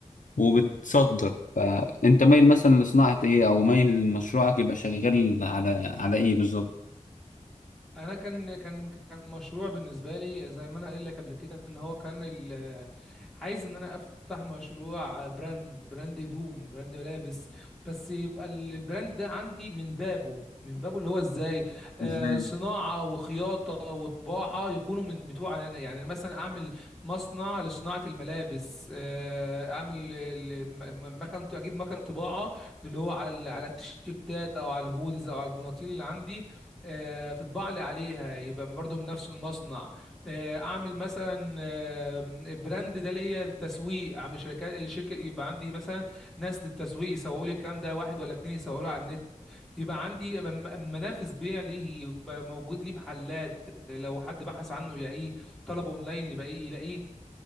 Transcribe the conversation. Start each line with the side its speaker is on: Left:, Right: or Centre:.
Left: وبتصدر فانت مايل مثلا لصناعه ايه او مايل مشروعك يبقى شغال على على ايه بالظبط
Centre: انا كان كان كان مشروع بالنسبه لي زي ما انا قايل لك قبل كده ان هو كان ال- عايز ان انا افتح مشروع براند براند هدوم براند ملابس بس يبقى ال- البراند ده عندي من بابه من بابه اللي هو ازاي آه
Left: ازاي
Centre: صناعه وخياطه وطباعه يكونوا من بتوع انا يعني أنا مثلا اعمل مصنع لصناعه الملابس آه اعمل ال- م- م- مكان اجيب مكان طباعه اللي هو على ال- على التيشيرتات او على الهودز او على البناطيل اللي عندي آه، تطبع لي عليها يبقى برضو من نفس المصنع آه، اعمل مثلا آه، براند ده ليا للتسويق اعمل شركات شركه يبقى عندي مثلا ناس للتسويق يسوقوا لي الكلام ده واحد ولا اتنين يسوقوا له على النت يبقى عندي م- منافس بيع ليه يبقى موجود لي محلات لو حد بحث عنه يلاقيه طلبه اونلاين يبقى إيه، يلاقيه